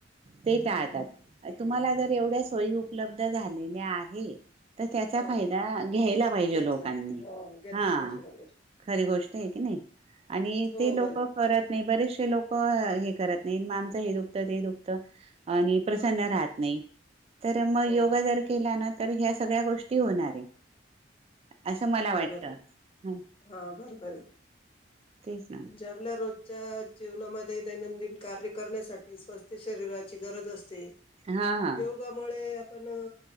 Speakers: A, on the right; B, on the left.
A: ते टाळतात तुम्हाला जर एवढ्या सोयी उपलब्ध झालेल्या आहेत. तर त्याचा
B: हां.
A: फायदा घ्यायला पाहिजे
B: घेतला.
A: लोकांनी
B: हो. घेतला
A: हा
B: पाहिजे बरोबर.
A: खरी गोष्ट आहे की नाही. आणि
B: हो
A: ते लोक
B: बरोबर.
A: करत नाही बरेच लोक हे करत. नाही मा आमचं हे दुखतं ते दुखतं. आणि प्रसन्न राहत नाही. तर मग
B: हो
A: योगा जर केला ना. तर ह्या सगळ्या गोष्टी होणार आहे. असं मला
B: हो
A: वाटतं
B: बरोबर
A: ह
B: हा बरोबर आहे
A: तेच ना
B: म्हणजे आपल्या रोजच्या जीवनामध्ये दैनंदिन कार्य करण्यासाठी स्वस्थ शरीराची गरज असते.
A: हा हा
B: योगामुळेळे. पण